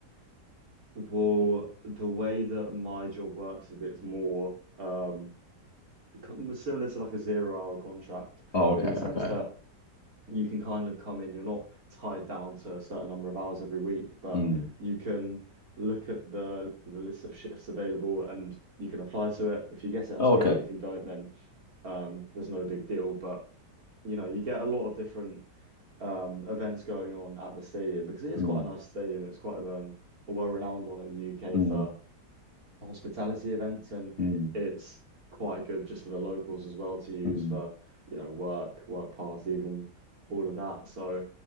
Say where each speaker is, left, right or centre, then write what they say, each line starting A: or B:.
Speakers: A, on the right; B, on the left.
A: Well, the way that my job works is it's more um become similar to like a zero hour contract
B: Oh, okay,
A: in the sense
B: okay.
A: that you can kind of come in, you're not tied down to a certain number of hours every week, but
B: Mm.
A: you can look at the the list of shifts available and you can apply to it. If you get it, that's
B: Oh,
A: great.
B: okay.
A: If you don't, then um there's no big deal. But you know, you get a lot of different um events going on at the stadium because it is
B: Mm,
A: quite a nice stadium. It's quite a um a well-renowned one in the UK
B: mm,
A: for hospitality events and
B: mm,
A: it's quite good just for the locals as well to use
B: mm,
A: for you know work work parties and all of that so